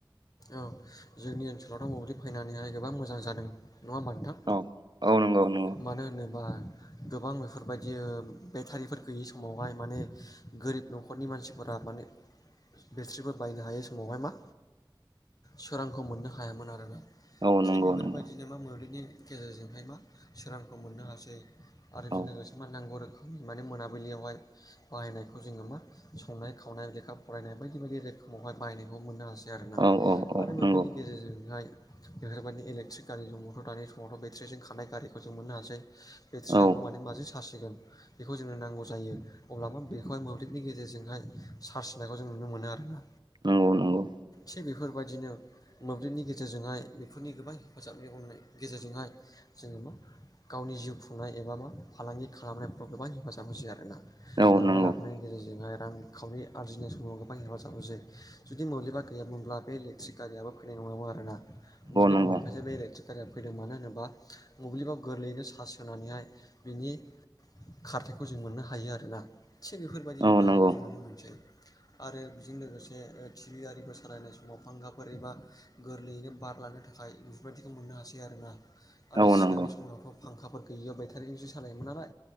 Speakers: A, on the left (about 45°); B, on the right (about 60°).
A: औ जोंनि ओनसोलावथ' बोब्लिब फैनानैहाय गोबां मोजां जादों। नङा होमबा नोंथां?
B: औ औ नंगौ। नंगौ
A: मानो होनोबा गोबां बेफोर बायदि ओ बेटारिफोर गैयि समावहाय माने गोरिब न'खरनि मानसिफोरा माने बेट्रिफोर बायनो हायै समावहाय मा सोरांखौ मोननो हायामोन आरोना।
B: औ
A: थिग
B: नंगौ
A: बेफोरबायदिनो
B: नंगौ
A: मा मोब्लिबनि गेजेरजोंहाय मा सोरांखौ मोननो हासै। आरो बिदि
B: औ
A: लोगोसे माने नांगौ रोखोम माने मोनाबिलियावहाय बाहायनायखौ जोङो मा संनाय खावनाय लेखा फरायनाय बायदि बायदि रोखोमावहाय बाहायनायखौ मोननो हासै दि आरोना
B: औ औ औ
A: आरो मोब्लिनि
B: नंगौ
A: गेजेरजोंहाय बेफोरबायदि इलेक्ट्रिक गारि दंबथ' दानि समावथ' बेट्रिजों खानाय गारिखौ जों मोननो हासै। बेट्रियाखौ
B: औ औ
A: माने माजों सास होगोन बेखौ जोंनो नांगौ जायो अब्ला मा बेखौहाय मो ब्लिबनि गेजेरजोंहाय सार्ज होननायखौ जों नुनो मोनो आरोना।
B: नंगौ नंगौ
A: थिग बेफोरबायदिनो मोब्लिबनि गेजेरजोंहाय बेफोरनि गोबां हेफाजाबनि हनाय गेजेरजोंहाय जोङो मा गावनि जिउ खुंनाय एबा मा फालांगि खालामनायफ्राव गोबां हेफाजाब होसै आरोना।
B: औ नंगौ
A: लांलाय
B: नंगौ
A: लाबोनायनि गेजेरजोंहाय रां खाउरि आर्जिनाय समाव गोबां हेफाजाब होसै जुदि मोब्लिबा गैयामोनब्ला बे इलेक्ट्रिक गारियाबो फैनाय नंआमोन आरोना मोब्लिब
B: नंगौ
A: दंनायखासो बे इलेक्टिक गारिआ फैदों मानो होनोबा मोब्लिबाव गोरलैयैनो चास होनानैहाय बिनि खारथायखौ जों मोननो हायो आरोना। थिग बेफोर बायदिनो
B: औ
A: बाहायनायखौ
B: नंगौ
A: जों नुनो मोनसै। आरो बिजों लोगोसे ओ टि भि आरिबो सालायनाय समाव फांखाफोर एबा गोरलैयैनो बारलानो थाखाय बेफोरबायदिखौ मोननो हासै आरोना। आरो
B: औ
A: सिगांनि
B: नंगौ
A: समावथ' फांखाफोर गैयिया बायटारिजोंसो सालायोमोन नालाय।